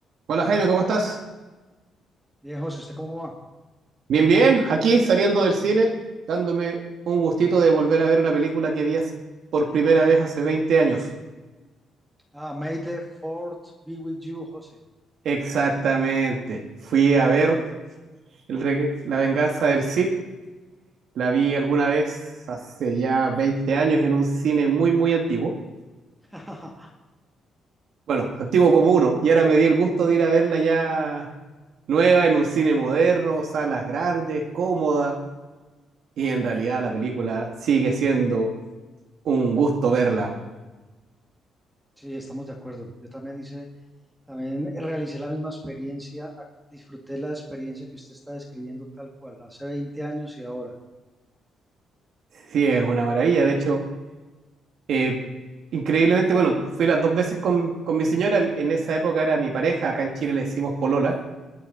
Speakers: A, on the right (about 70°); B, in the centre.
A: Hola Jaime, ¿cómo estás?
B: Bien, José, ¿usted cómo va?
A: Bien, bien, aquí saliendo del cine, dándome un gustito de volver a ver una película que vi hace- por primera vez hace veinte años.
B: Ah, May the fourth be with you, José.
A: Exactamente, fui a ver el reg- La venganza del Cid, la vi alguna vez hace ya 20 años en un cine muy, muy antiguo.
B: <laughs>
A: Bueno, antiguo como uno, y ahora me di el gusto de ir a verla ya nueva en un cine moderno, salas grandes, cómoda, y en realidad la película sigue siendo un gusto verla.
B: Sí, estamos de acuerdo. Yo también hice, también realicé la misma experiencia, a- disfruté la experiencia que usted está describiendo tal cual, hace 20 años y ahora.
A: Sí, es una maravilla. De hecho, eh, increíblemente, bueno, fui las dos veces con, con mi señora. En en esa época era mi pareja. Acá en Chile le decimos polola.